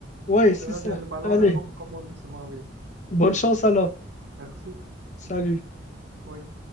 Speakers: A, on the left; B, on the right.
A: Ouais,
B: On
A: c'est
B: verra
A: ça.
B: bien. Le ballon
A: Allez,
B: est rond, comme on dit souvent, oui.
A: bonne chance alors.
B: Merci.
A: Salut.
B: Oui.